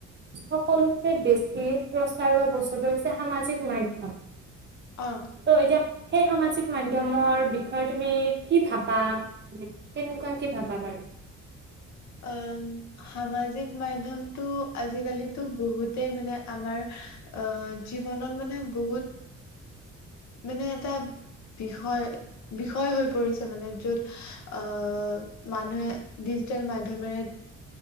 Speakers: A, on the right (about 35°); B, on the left (about 65°).
A: সকলোতকৈ বেছি প্ৰচাৰ হোৱা বস্তুটো হৈছে সামাজিক মাধ্যম।
B: অ
A: ত' এতিয়া সেই সামাজিক মাধ্যমৰ বি ষয় তুমি কি ভাবা, কেনেকুৱা কি ভাবা বাৰু?
B: উম সামাজিক মাধ্যয়মটো আজিকালিতো বহুতেই মানে আমাৰ অ জীৱনত মানে বহুত মানে এটা বিষয়, বিষয় হৈ পৰিছে মানে, য'ত আহ মানুহে ডিজিটেল মাধ্যমৰে